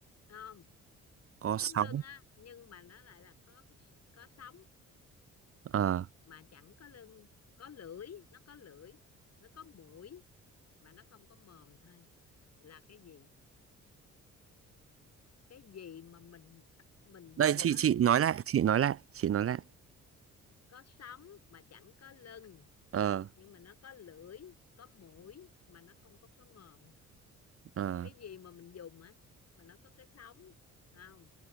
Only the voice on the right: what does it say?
có
sóng
ờ
đây
chị
chị
nói
lại chị nói lại chị nói lại
ờ
ờ